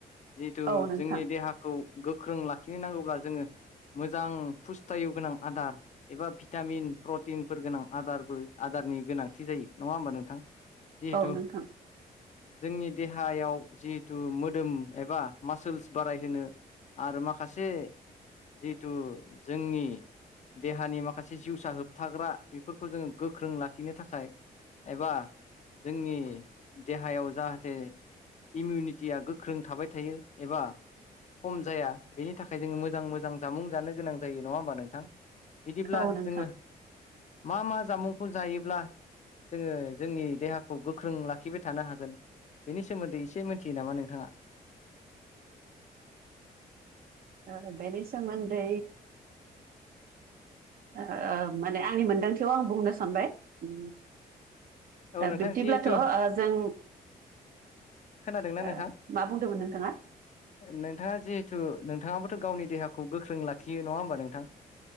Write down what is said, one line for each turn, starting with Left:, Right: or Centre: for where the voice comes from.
Left: जिहेथु
Right: औ नोंथां
Left: जोंनि देहाखौ गोख्रों लाखिनो नांगौब्ला जोङो मोजां फुस्थाय गोनां आदार एबा भिटामिन प्रटिनफोर गोनां आदारबो आदारनि गोनांथि जायो नङा होमबा नोंथां? जिहेथु
Right: औ नोंथां।
Left: जोंनि देहायाव जिहेथु मोदोम एबा मासोल्स बारायहोनो आरो माखासे जिथु जोंनि देहानि माखासे जिउसा होबथाग्रा बेफोरखौ जोङो गोख्रों लाखिनो थाखाय एबा जोंनि देहायाव जाहाथे इमिउनिटिया गोख्रों थाबाय थायो एबा खम जाया बेनि थाखाय जोङो मोजां मोजां जामुं जानो गोनां जायो नङा होमबा नोंथां। बिदिब्ला
Right: औ नोंथां
Left: जोङो मा मा जामुंखौ जायोब्ला जोङो जोंनि देहाखौ गोख्रों लाखिबाय थानो हागोन। बेनि सोमोन्दै एसे मिथियो नामा नोंथाङा?
Right: <inaudible> ओ बेनि सोमोन्दै ओ माने आंनि मोनदांथियाव आं बुंनो सानबाय ओ
Left: औ नोंथां
Right: बिब्दिब्लाथ'
Left: जिहेथु
Right: ओ जों
Left: खोनादोंना नोंथां
Right: ओ मा बुंदोंमोन नोंथाङा
Left: नोंथाङा जिहेथु नोंथाङा थ' गावनि देहाखौ गोख्रों लाखियो नङा होमबा नोंथां।